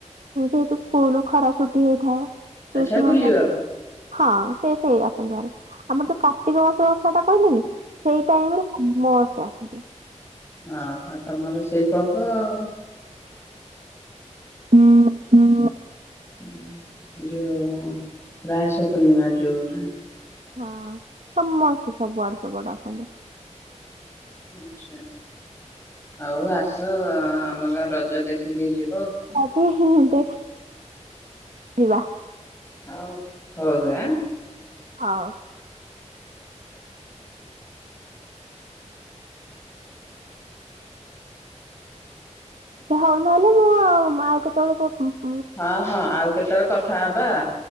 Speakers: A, on the right; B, on the left.
A: ଯେହେତୁ ସ୍କୁଲ ଖରା ଛୁଟି ହେଇଥାଏ। ପିଉସୀ
B: ଆଚ୍ଛା
A: ମାନେ
B: ବୁଲିବାକୁ।
A: ହଁ ସେ ସେୟା। <unintelligible> ଆମର ଯୋଉ କାର୍ତ୍ତିକ ମାସ। ତ ସେଟା କହିଲେନି। ସେଇ ଟାଇମ ରେ। ମସ୍ତ ଆସିଛି।
B: ଅହଁ। ତମର ସେଇ ପର୍ବ ଆଉ
A: ହୁଁ ହୁଁ।
B: ଉଁ ଯୋଉ ରାଆଶ ପୂର୍ଣ୍ଣିମା ଯୋଉ ନା।
A: ହଁ ସମସ୍ତେ ସବୁଆଡୁ ସବୁଆଡୁ ଆସନ୍ତି।
B: ଆଛା ହଉ ଆସ ଆମ ଗାଁ ରଜ ଦେଖିକି ଯିବ।
A: <unintelligible> ଯିବା।
B: ହଉ ହଉଦେ
A: ହଉ। ଯା ହଉ ନହେଲେ ମୁଁ ଆଉ ଆଉ କେତେବେଳେ <unintelligible>
B: ହଁ ହଁ ଆଉ କେତେବେଳେ କଥ୍ ଥା ହବାଲ